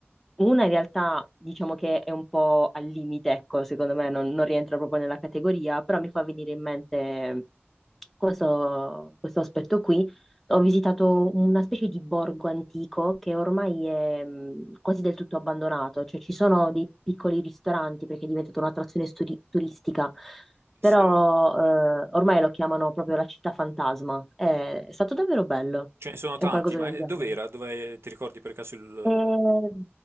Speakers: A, in the centre; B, on the right.
A: una in realtà diciamo che è un po' al limite, ecco, secondo me non, non rientra proprio nella categoria, però mi fa venire in mente questo questo aspetto qui. Ho visitato una specie di borgo antico che ormai è mh, quasi del tutto abbandonato, cioè ci sono dei piccoli ristoranti perché è diventata un'attrazione sturi- turistica, però
B: sì,
A: eh, ormai lo chiamano proprio la città fantasma. È, stato davvero bello,
B: ce ne sono
A: è
B: tanti,
A: un qualcosa
B: ma
A: del
B: eh,
A: genere.
B: dov'era? Dove ti ricordi per caso il...
A: È
B: eh,